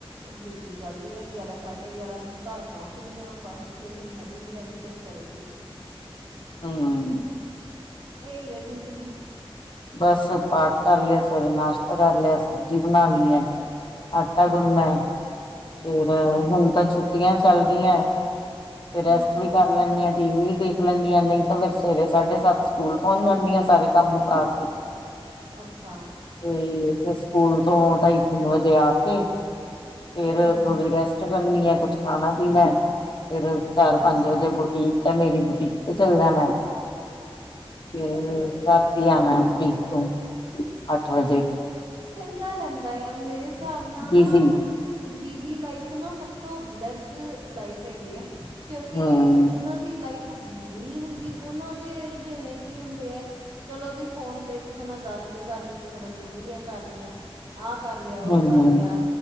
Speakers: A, on the right; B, on the left.
A: ਡਿਊਟੀ ਚੱਲਦੀ ਹੈ ਗਿਆਰਾਂ ਸਾਢੇ ਗਿਆਰਾਂ ਘਰ ਪਹੁੰਚਦੀ ਹਾਂ ਬਸ। ਫਿਰ ਹਿਮਤੀ ਨਹੀ ਰਹਿੰਦੀ ਕੁਛ ਕਰਨ ਦੀ।
B: ਹੂੰ।
A: ਇਹੀ ਆ ਜ਼ਿੰਦਗੀ।
B: ਬਸ ਪਾਠ ਕਰ ਲਿਆ ਸਵੇਰੇ ਨਾਸ਼ਤਾ ਕਰ ਲਿਆ ਸਬਜ਼ੀ ਬਣਾ ਲਈ ਆ। ਅੱਟਾ ਗੁਣਣਾਂ
A: ਹਾਂ ਹਾਂ
B: ਹੈ। ਫਿਰ ਹੁਣ ਤਾਂ ਛੁੱਟੀਆਂ ਚੱਲ ਰਹੀਆ ਤੇ ਰੈਸਟ
A: ਹੂੰ
B: ਵੀ ਕਰ ਲੈਂਣੀ ਹਾਂ ਟੀ ਵੀ ਦੇਖ ਲੈਂਣੀ ਹਾਂ ਨਹੀਂ ਤਾਂ ਫਿਰ ਸਵੇਰੇ ਸਾਢੇ ਸੱਤ, ਸਕੂਲ ਪਹੁੰਚ ਜਾਂਣੀ ਹਾ ਸਾਰੇ ਕੰਮ ਮੁਕਾ
A: ਅੱਛਾ।
B: ਤੇ ਫੇਰ ਸਕੂਲ ਤੋਂ ਢਾਈ ਤਿੰਨ ਵਜੇ ਆ ਕੇ ਫੇਰ
A: ਹੂੰ ਹੂੰ
B: ਥੋੜੀ
A: ਹੂੰ
B: ਰੈਸਟ, ਰੈਸਟ ਕਰਨੀ ਹਾਂ ਕੁਛ ਖਾਣਾ ਪੀਣਾ ਫੇਰ ਚਾਰ
A: ਅੱਛਾ
B: ਪੰਜ ਵਜੇ ਬੁਟੀਕ ਹੈ ਮੇਰੀ ਬੁਟੀਕ, ਤੇ ਚੱਲ ਜਾਣਾ ਫੇਰ
A: ਸਹੀ ਹੈ ਸਹੀ
B: ਰਾਤੀ
A: ਹੈ
B: ਆਣਾ ਬੁਡੀ ਤੋ ਅੱਠ ਵਜੇ।
A: ਚੰਗਾ ਰਹਿੰਦਾ ਆ ਮੇਰੇ ਹਿਸਾਬ ਨਾਲ
B: ਬਿਜੀ
A: ਨਾ ਓ। ਬਿਜ਼ੀ ਲਾਈਫ ਨਾ ਸਭ ਤੋਂ ਬਲੈਸਟ ਲਾਈਫ ਹੈਗੀ ਹੈ। ਕਿਉਂਕਿ
B: ਹਮ
A: ਜਿਨ੍ਹਾਂ ਦੀ ਲਾਈਫ ਬਿਜ਼ੀ ਨਹੀਂ ਹੁੰਦੀ ਉਹਨਾਂ ਦੇ ਰੁਝੇਵੇਂ ਕੀ ਹੁੰਦੇ ਹੈ। ਚਲੋ ਜੀ ਫੋਨ ਤੇ ਕਿਸੇ ਨਾਲ ਗੱਲ, ਕਰ ਲਈ ਕਿਸੇ ਨਾਲ ਚੁੰਗਲੀਆਂ ਕਰ ਲਈਆ ਆਹ ਕਰ ਲਿਆ ਉਹ
B: ਹਮ
A: ਕਰ
B: ਹਮ
A: ਲਿਆ।